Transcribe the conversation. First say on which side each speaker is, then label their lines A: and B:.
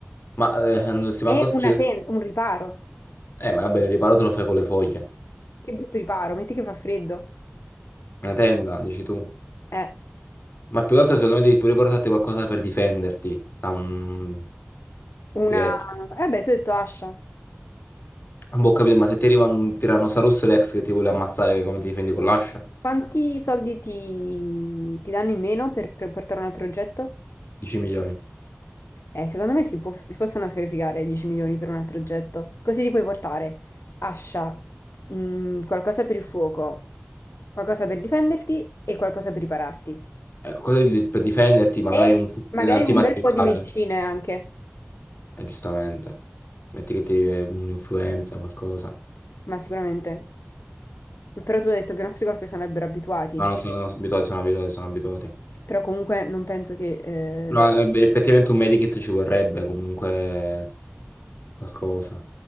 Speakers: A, on the left; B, on the left.
A: Ma eh, non si manco...
B: E
A: cioè,
B: una tenda, un riparo.
A: Eh, ma vabbè, il riparo te lo fai con le foglie.
B: Che brutto riparo, metti che fa freddo.
A: Una tenda, dici tu.
B: Eh,
A: Ma più che altro secondo me devi pure portarti qualcosa per difenderti da un,
B: una...
A: T-Rex.
B: Eh beh, tu hai detto Ascia.
A: Boh, ho capito, ma se ti arriva un Tyrannosaurus Rex che ti vuole ammazzare, come ti difendi con l'ascia?
B: Quanti soldi ti, ti danno in meno per, per portare un altro oggetto?
A: 10 milioni.
B: Eh, secondo me si, può- si possono sacrificare 10 milioni per un altro oggetto. Così ti puoi portare Ascia, mm, qualcosa per il fuoco, qualcosa per difenderti e qualcosa per ripararti.
A: Ecco, cosa di- per difenderti? Magari
B: E
A: un fucile
B: magari
A: antimateriale.
B: un bel po' di medicine anche,
A: Eh, giustamente. Metti che ti arriva un'influenza, qualcosa.
B: ma sicuramente. Però tu hai detto che i nostri corpi sono abituati.
A: No, no, sono, sono abituati, sono abituati, sono abituati.
B: Però comunque non penso che...
A: No,
B: Eh, s-
A: eh, beh, effettivamente un medikit ci vorrebbe comunque qualcosa.